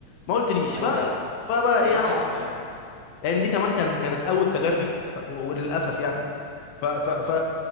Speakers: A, on the left (about 75°); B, on the right (about 60°).
A: ما قلتليش
B: ايوه
A: ف... فبقى
B: دي
A: ايه
B: حقيقه
A: انا ما اعرفش
B: فعلا
A: لان دي كمان كان كانت اول تجاربي ف... و- وللاسف يعني ف ف ف